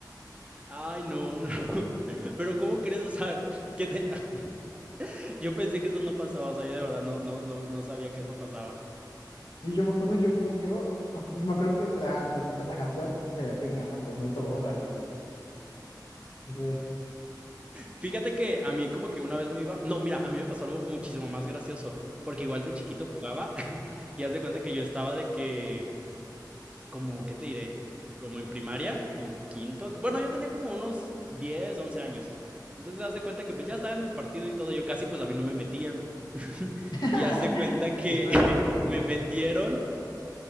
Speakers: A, on the right; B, on the left.
A: Ay, no, no. <laughs> Pero ¿cómo crees? O sea, ¿qué tenía? <laughs> Yo pensé que eso no pasaba, o sea, yo de verdad no, no, no, no sabía que eso pasaba.
B: Y yo me acuerdo, yo como que, uy, no, y me acuerdo que, ah, entonces nunca me dejaban jugar porque creía que me iba a marcar un autogol o algo así. Entonces,
A: Fíjate que a mí como que una vez me iba... No, mira, a mí me pasó algo muchísimo más gracioso, porque igual de chiquito jugaba <laughs> y haz de cuenta que yo estaba de que... como, ¿qué te diré? Como en primaria, en quinto. Bueno, yo tenía como unos 10 11 años. Entonces, haz de cuenta que pues ya estaba en el partido y todo, yo casi pues a mí no me metían. <laughs>
B: <laughs>
A: Y haz de cuenta que
B: historia,
A: <laughs>
B: mi historia.
A: me metieron,